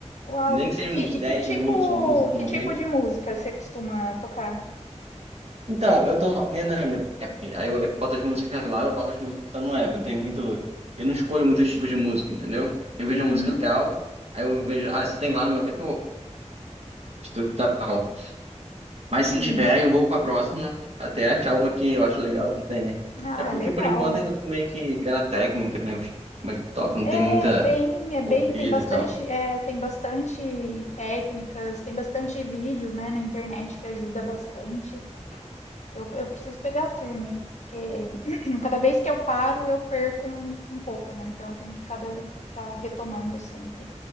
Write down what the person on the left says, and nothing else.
Uau.
E que
e que
tipo
que
tipo de música você costuma tocar?
Uhum,
uhum.
Ah,
legal.
É
bem é bem
tem bastante,
eh, tem bastante técnicas, tem bastante vídeos, né, na internet que ajuda bastante. Eu eu preciso pegar firme, porque <clears throat> cada vez que eu paro, eu perco um um pouco, né, então eu tenho que cada ficar retomando sempre.